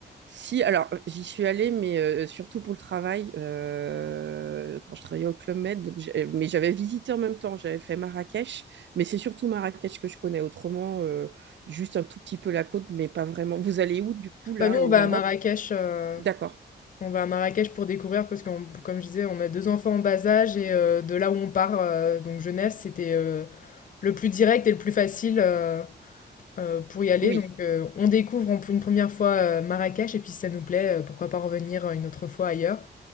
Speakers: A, on the right; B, on the left.
A: Si, alors j'y suis allée, mais euh, surtout pour le travail, euh, quand je travaillais au Club Med, donc j'ai- mais j'avais visité en même temps, j'avais fait Marrakech, mais c'est surtout Marrakech que je connais, autrement, euh, juste un tout petit peu la côte, mais pas vraiment. Vous allez où du coup, là,
B: Bah, nous, on
A: au
B: va
A: Maroc?
B: à Marrakech, heu,
A: D'accord,
B: on va à Marrakech pour découvrir parce que comme je disais, on a 2 enfants en bas âge et heu, de là où on part, heu, donc Genève, c'était, heu, le plus direct et le plus facile, heu heu, pour y aller.
A: oui.
B: Donc heu, on découvre en une première fois, heu, Marrakech et puis si ça nous plaît, heu, pourquoi pas revenir, euh, une autre fois ailleurs.